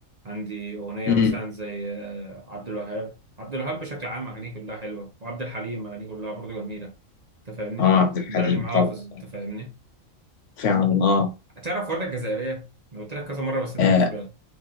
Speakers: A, on the right; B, on the left.
A: عندي أغنية
B: أمم.
A: مثلا زي آه، عبد الوهاب عبد الوهاب بشكل عام أغانيه كلها حلوة وعبد الحليم أغانيه كلها برضه جميلة أنت فاهمني؟
B: آه عبد الحليم
A: عبد الحليم حافظ
B: طبعا
A: أنت فاهمني؟
B: فعلا اه
A: هتعرف وردة الجزائرية؟ أنا قلت لك كذا مرة بس أنت
B: آه،
A: مش بالك